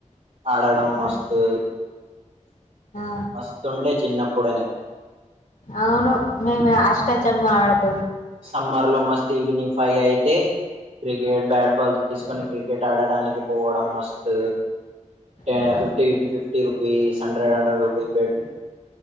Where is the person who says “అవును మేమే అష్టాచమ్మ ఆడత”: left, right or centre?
Left